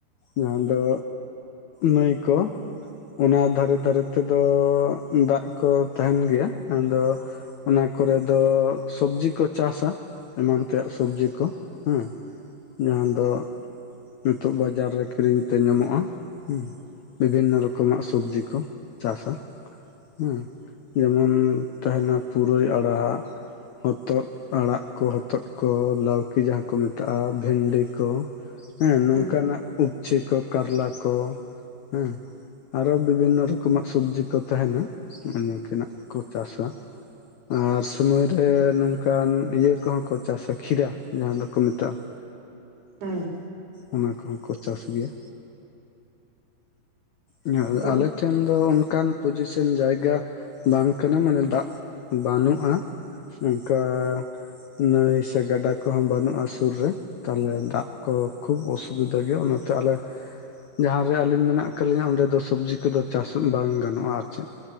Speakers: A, on the left; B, on the right.
A: ᱡᱟᱦᱟᱸ ᱫᱚᱼᱼ ᱱᱟᱹᱭ ᱠᱚ, ᱚᱱᱟ ᱫᱷᱟᱨᱮ ᱫᱷᱟᱨᱮ ᱛᱮᱫᱚ ᱫᱟᱜ ᱠᱚ ᱛᱟᱦᱮᱱ ᱜᱮᱭᱟ। ᱟᱫᱚ ᱼᱼ ᱚᱱᱟ ᱠᱚᱨᱮ ᱫᱚ ᱥᱚᱵᱽᱡᱤ ᱠᱚ ᱪᱟᱥᱟ, ᱮᱢᱟᱱ ᱛᱮᱭᱟᱜ ᱥᱚᱵᱽᱡᱤ ᱠᱚ ᱦᱮᱸ। ᱡᱟᱦᱟᱸ ᱫᱚ, ᱱᱤᱛᱚᱜ ᱵᱟᱡᱟᱨ ᱨᱮ ᱠᱤᱨᱤᱧ ᱼᱼ ᱛᱮ ᱧᱟᱢᱚᱜᱼᱟ ᱦᱮ, ᱵᱤᱵᱷᱤᱱᱱᱚ ᱨᱚᱠᱚᱢᱟᱜ ᱥᱚᱵᱽᱡᱤ ᱠᱚ ᱪᱟᱥᱟ। ᱦᱮᱸ, ᱡᱮᱢᱚᱱ ᱛᱟᱦᱮᱱᱟ ᱯᱩᱨᱟᱹᱭ ᱟᱲᱟᱜ। ᱦᱚᱛᱚᱫ ᱟᱲᱟᱜ ᱠᱚ, ᱦᱚᱛᱚᱫ ᱠᱚ, ᱞᱟᱹᱣᱠᱤ ᱡᱟᱦᱟᱸ ᱠᱚ ᱢᱮᱛᱼᱼ ᱟᱜᱼᱟ ᱵᱷᱮᱱᱰᱤ ᱠᱚ ᱦᱮᱸ ᱱᱚᱝᱠᱟᱱᱟᱜ,
B: ᱦᱩᱸ
A: ᱩᱯᱪᱷᱤ ᱠᱚ ᱠᱟᱨᱞᱟ ᱠᱚ ᱦᱮᱸ, ᱟᱨᱚ ᱵᱤᱵᱷᱤᱱᱱᱚ ᱨᱚᱠᱚᱢᱟᱜ ᱥᱚᱵᱡᱤ ᱠᱚ ᱛᱟᱦᱮᱱᱟ, ᱱᱤᱠᱟᱱᱟᱜ ᱠᱚ ᱪᱟᱥᱟ᱾ ᱟᱨ ᱥᱩᱢᱚᱭ ᱨᱮ ᱱᱚᱝᱠᱟᱱ ᱤᱭᱟᱹ ᱠᱚᱦᱚᱸ ᱠᱚ ᱪᱟᱥᱟ ᱠᱷᱤᱨᱟ ᱡᱟᱦᱟᱸ ᱫᱚ᱾ ᱠᱚ ᱢᱮᱛᱟᱜᱼᱟ
B: ᱦᱮᱸ
A: ᱚᱱᱟ ᱠᱚᱦᱚᱸ ᱠᱚ ᱪᱟᱥ ᱜᱮᱭᱟ ᱩᱸ
B: ᱟᱫᱚ
A: ᱟᱞᱮ, ᱴᱷᱮᱱ ᱫᱚ ᱚᱱᱠᱟᱱ ᱯᱚᱡᱤᱥᱮᱱ ᱡᱟᱭᱜᱟ ᱵᱟᱝ ᱠᱟᱱᱟ ᱢᱟᱱᱮ ᱫᱟᱜ ᱵᱟᱹᱱᱩᱜᱼᱟ᱾ ᱚᱱᱠᱟ ᱱᱟᱹᱭ ᱥᱮ ᱜᱟᱰᱟ ᱠᱚᱦᱚᱸ ᱵᱟᱹᱱᱩᱜᱼᱟ᱾ ᱥᱩᱨ ᱨᱮ ᱛᱟᱦᱞᱮ ᱫᱟᱜ ᱠᱚ ᱠᱷᱩᱵ ᱚᱥᱩᱵᱤᱫᱷᱟ ᱜᱮᱭᱟ ᱚᱱᱟ ᱛᱮ ᱟᱞᱮ, ᱡᱟᱦᱟᱸ ᱨᱮ ᱟᱞᱤᱧ ᱢᱮᱱᱟᱜ ᱠᱟᱞᱤᱧᱟ ᱚᱸᱰᱮ ᱫᱚ ᱥᱚᱵᱽᱡᱤ ᱠᱚᱫᱚ ᱪᱟᱥ ᱵᱟᱝ ᱜᱟᱱᱚᱜᱼᱟ ᱟᱨ ᱪᱮᱫ᱾